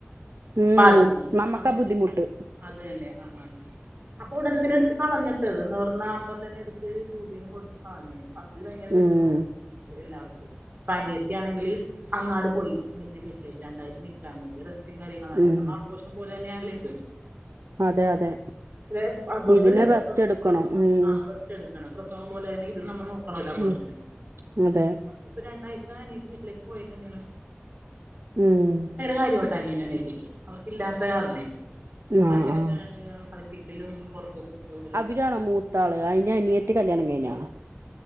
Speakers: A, on the right; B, on the right.
A: ഉം
B: ബാധിക്കിണ
A: നമ്മക്കാ
B: അമ്മക്കായ്കും
A: ബുദ്ധിമുട്ട്
B: അത് തന്നെ ആഹ് ആഹ് അപ്പൊ ഒടനെ തന്നെ എട്ത്ത് കളഞ്ഞിട്ടത് എന്ന് പർഞ്ഞാ അപ്പ തന്നെ എടുത്ത് ടൂബീന്ന് കൊടുത്തു കൾഞ്ഞ് അതി ഭയ്ങ്ക്ര വെഷ്മൊ
A: ഉം
B: എല്ലാവർക്കു അനയത്തി ആണെങ്കി അങ്ങാട് പോയി അനിയത്തി വീട്ട്ലേക്ക് രണ്ടായ്ച നിക്കാൻ വേണ്ടി റെസ് റ്റും കാര്യങ്ങളല്ലേ
A: ഉം
B: നമ്മ അബോഷം പോലെന്ന്യാല്ലെ ഇതും
A: അതെ അതെ
B: <unintelligible> അമ്പോഷനല്ല
A: ഇതിന്
B: പ്രസവ്
A: റെസ്റ്റ് എടുക്കണം
B: പ്രസവം
A: ഉം
B: ആഹ് റസ് എടിക്കണം പ്രസവം പോലേന്നെ ഇതും നമ്മ നോക്കണോല്ലോ അബോഷന്
A: ഉം അതെ
B: ഇപ്പൊ രണ്ടാഴ്ച അനീട്ട വീട്ടിലേക്ക് പോയക്കന്നെയാണ്
A: ഉം
B: കാര്യോട്ട അനീയൻ എത്തിക്കും അവർക്ക് ഇല്ലാത്ത കാരണേ ഭയങ്കര
A: ആഹ് ആഹ്
B: കാണ് കളിപ്പിക്കലും പുറത്തേക്ക് കൊണ്ടു പോവലും
A: ഇയ്യാണോ മൂത്ത ആള് അയിന്റെ അനിയത്തി കല്ലിയാണം കൈഞ്ഞോ